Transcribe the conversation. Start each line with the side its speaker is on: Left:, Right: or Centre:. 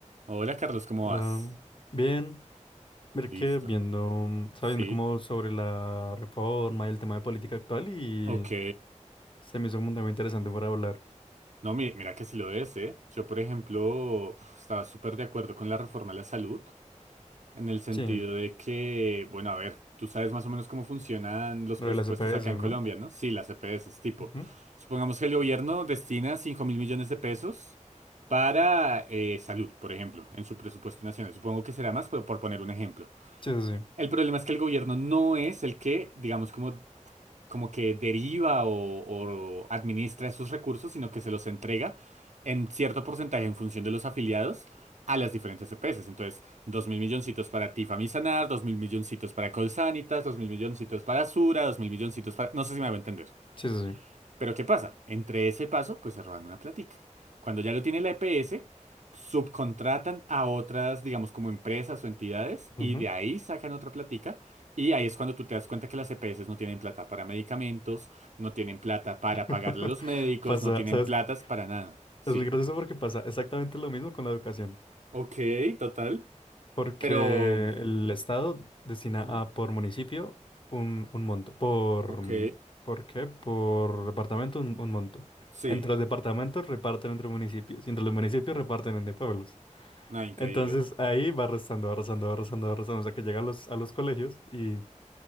Right: Hola Carlos, ¿cómo
Left: Hola,
Right: vas?
Left: bien. Ver
Right: Listo.
Left: que viendo, sabiendo
Right: Sí,
Left: como sobre la reforma y el tema de política actual y
Right: ok.
Left: se me hizo como un tema interesante para hablar.
Right: No, mi- mira que sí lo es, ¿eh? Yo, por ejemplo, uf, estaba súper de acuerdo con la reforma a la salud, en el sentido
Left: Sí,
Right: de que, bueno, a ver, tú sabes más o menos cómo funcionan los
Left: lo
Right: presupuestos
Left: de las EPS,
Right: acá en Colombia,
Left: ¿no?
Right: ¿no? Sí, las EPS, es tipo,
Left: Ujú.
Right: supongamos que el gobierno destina cinco mil millones de pesos para eh, salud, por ejemplo, en su presupuesto nacional. Supongo que será más, pero por poner un ejemplo.
Left: Sí, sí,
Right: El problema es que el gobierno no es el que, digamos, como como que deriva o, o administra esos recursos, sino que se los entrega en cierto porcentaje en función de los afiliados a las diferentes EPS. Entonces, dos mil milloncitos para ti, Famisanar, dos mil milloncitos para Colsanitas, dos mil milloncitos para Sura, dos mil milloncitos para... No sé si me va a entender.
Left: sí, sí, sí. sí.
Right: Pero ¿qué pasa? Entre ese paso, pues se roban una platica. Cuando ya lo tiene la EPS, subcontratan a otras, digamos, como empresas o entidades,
Left: Ujú.
Right: y de ahí sacan otra platica. Y ahí es cuando tú te das cuenta que las EPS no tienen plata para medicamentos, no tienen plata para
Left: <laughs>
Right: pagarle a los médicos,
Left: Pasa,
Right: no tienen
Left: ¿sabes?
Right: platas
Left: qué?
Right: para nada. Sí.
Left: Es muy gracioso porque pasa exactamente lo mismo con la educación.
Right: Ok, total.
Left: Porque
Right: Pero...
Left: el Estado destina
Right: ujú,
Left: a por municipio un, un monto. Por,
Right: Ok,
Left: mm, ¿por qué? Por departamento un, un monto.
Right: sí.
Left: Entre los departamentos reparten entre municipios y entre los municipios reparten entre pueblos.
Right: Nada, increíble.
Left: Entonces ahí va restando, va restando, va restando, va restando hasta que llega a los, a los colegios y